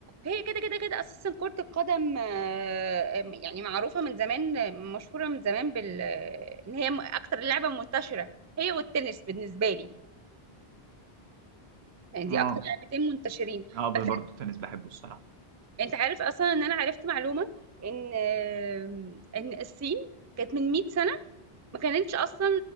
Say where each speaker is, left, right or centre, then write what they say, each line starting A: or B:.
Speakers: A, on the right; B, on the right.
A: هي كده كده كده اساسا كره القدم آه، يعني معروفه من زمان آه، مشهوره من زمان بال آه، ان هي م- اكتر لعبه منتشره هي والتنس بالنسبه لي يعني
B: اه
A: دي اكتر لعبتين منتشرين
B: اه برضه
A: بس
B: التنس بحبه الصراحه
A: انت عارف اصلا ان انا عرفت معلومه ان آه، ان الصين كانت من 100 سنه ما كانتش اصلا